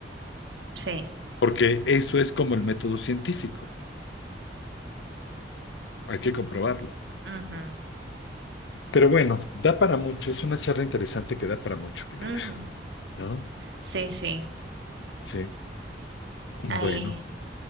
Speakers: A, on the right; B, on the left.
A: Sí.
B: porque eso es como el método científico. Hay que comprobarlo.
A: ujú,
B: Pero bueno, da para mucho. Es una charla interesante que da para mucho, querida,
A: ujú,
B: ¿no?
A: Sí, sí.
B: Sí.
A: Ahí.
B: Bueno,